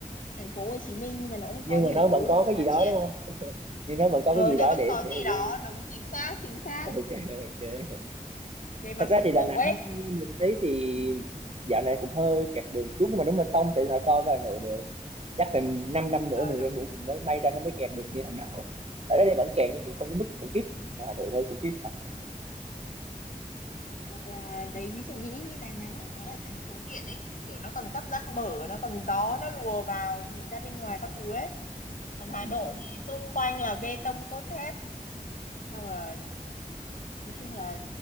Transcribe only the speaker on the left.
thành phố Hồ Chí Minh nhưng mà nó cũng
có nhiều
thứ
ở
phát
triển
ờ
nó
vẫn
có
gì đó đúng chính xác chính xác
về mặt
dịch
vụ
ấy
ờ
đúng
đúng
hoặc là đấy ví dụ như như Đà Nẵng ấy nó là thành phố biển ấy kiểu nó còn cắp rác mở nó còn gió nó lùa vào nhìn ra bên ngoài các thứ ấy còn Hà
Nội thì xung quanh là bê tông cốt thép xong là nói chung là